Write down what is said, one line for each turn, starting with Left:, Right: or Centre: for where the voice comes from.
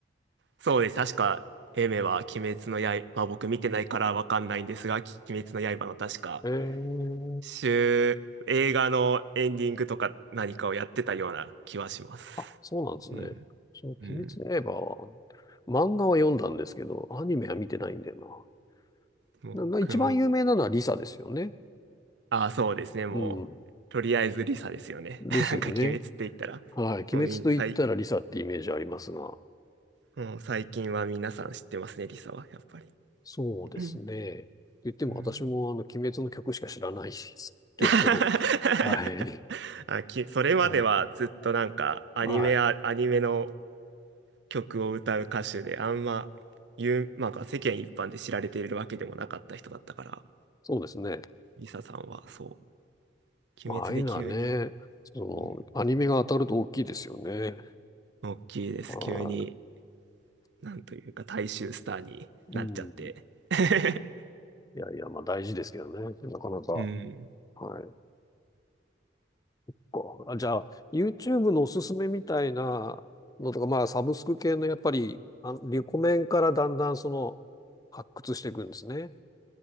Right: そうです。確か、エメは鬼滅の刃、まあ僕見てないからわかんないんですが、鬼滅の刃の確か、
Left: ええ
Right: 週、映画のエンディングとか何かをやってたような気はします。
Left: あ、そうなんですね。
Right: うん。
Left: その鬼滅の刃は、
Right: うん。
Left: あの漫画は読んだんですけど、アニメは見てないんだよ
Right: 僕も、
Left: な。な、な一番有名なのはリサですよね。
Right: あ、そうですね。もう、
Left: うん。
Right: とりあえずリサですよね。
Left: ですよね。
Right: <laughs> なんか鬼滅って言ったら、
Left: はい。鬼滅と言ったらリサってイメージありますが。
Right: もうみん、最、もう最近は皆さん知ってますね、リサは、やっぱり。
Left: そうですね。
Right: うん
Left: と言っても私もあの、
Right: うん
Left: 鬼滅の曲しか知らないですけど、
Right: <laughs>
Left: <laughs> はい。
Right: あ、き、それまではずっとなんかアニメは、
Left: はい。はい。
Right: アニメの曲を歌う歌手で、あんま、有まあ、世間一般で知られているわけでもなかった人だったから、
Left: そうですね。
Right: リサさんはそ
Left: まあ、
Right: う、鬼滅で急に、
Left: ああいうのはね、その、
Right: うん、
Left: アニメが当たると大きいですよね。
Right: 大きいです。
Left: は
Right: 急に、なんというか、大衆スターになっちゃって。
Left: い。うん。い
Right: <laughs>
Left: やいや、まあ大事ですけどね。なかなか。
Right: うん、
Left: はい。こうあ、じゃあ、YouTube のおすすめみたいなのとか、まあ、サブスク系のやっぱり、あ、リコメンからだんだんその、発掘していくんですね。